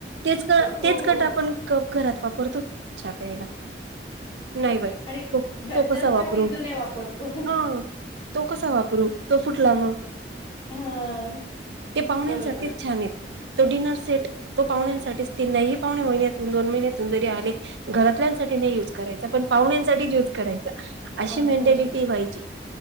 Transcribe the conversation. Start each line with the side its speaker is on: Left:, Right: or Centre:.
Right: तेच
Left: हो हो
Right: कप
Left: हो
Right: आपण
Left: हो
Right: घरात वापरतो का चहा प्यायला? नाही बाई
Left: आणि घरच्यांसाठी
Right: तो कसा वापरू
Left: जुने वापरतो
Right: हा! तो कसा वापरू तो फुटला मंग
Left: हा
Right: ते पाहुण्यांसाठीचं
Left: बरोबर
Right: छान आहेत. तो डिनर सेट
Left: तेच.
Right: तो पाहुंण्यांसाठीच ती नाही पाहुणे महिन्यातून दोन महिन्यातून जरी आले. घरातल्यांसाठी नाही युज करायचा पण पाहुण्यांसाठीच युज करायचा अशी
Left: पाहुणे
Right: मेंटॅलिटी
Left: हो
Right: आहे बाईची.